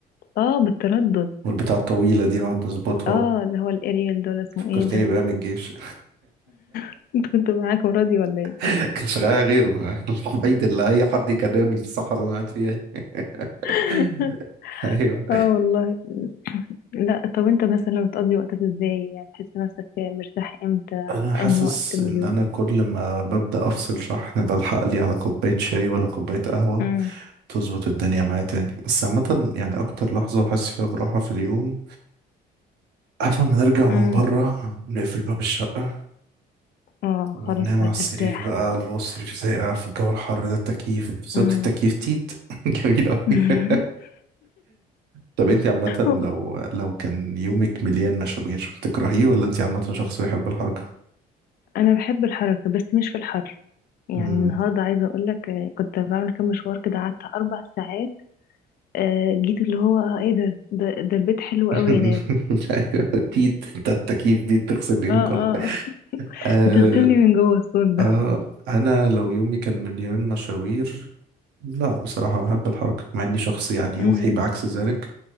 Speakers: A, on the left; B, on the right.
A: اه بالتردد
B: والبتاع الطويلة دي نقعد نظبطها
A: اه اللي هو الاريال دول اسمه
B: فكرتني
A: ايه ده
B: بأيام الجيش
A: <laughs> انت كنت معاكم راديو ولا ايه
B: <laughs> كان شغال غيره <laughs> الوحيد اللي أي حد يكلمني في الصحراء اللي أنا قاعد فيها
A: <laughs>
B: <laughs> أيوه
A: اه والله لا طب انت مثلا بتقضي وقتك ازاي يعني تحس نفسك مرتاح امتى
B: أنا حاسس
A: في انهي وقت من
B: إن
A: اليوم
B: أنا كل ما ببدأ أفصل شحن بلحق لي على كوباية شاي ولا كوباية قهوة
A: امم
B: تظبط الدنيا معايا تاني بس عامة يعني أكتر لحظة بحس فيها براحة في اليوم قبل ما نرجع من
A: امم
B: بره نقفل باب الشقة
A: اه
B: وننام
A: خلاص بقى
B: على السرير
A: ترتاح
B: بقى الله السرير ساقع في الجو الحر ده التكييف صوت
A: امم
B: التكييف تيت <laughs> جميل أوي
A: <laughs>
B: طب انت عامة
A: هو
B: لو لو كان يومك مليان مشاوير بتكرهيه ولا انت عامة شخص بيحب الحركة؟
A: انا بحب الحركه بس مش في الحر يعني
B: مم.
A: النهارده عايزه اقول لك كنت بعمل كام مشوار كده قعدت اربع ساعات آه، جيت اللي هو آه، ايه ده ده, ده البيت حلو
B: <laughs>
A: قوي يا ناس
B: ايوه تيت بتاع التكييف دي تغسل اليوم
A: اه
B: كله
A: اه
B: آه
A: بتغسلني من جوه الصوت ده
B: آه انا لو يومي كان مليان مشاوير لا بصراحة بحب الحركة مع اني شخص يعني يوحي
A: امم
B: بعكس ذلك